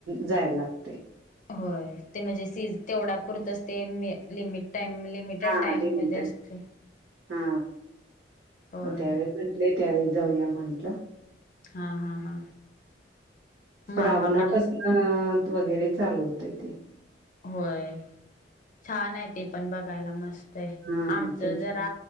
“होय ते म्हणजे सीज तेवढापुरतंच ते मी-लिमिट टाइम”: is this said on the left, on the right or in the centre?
Left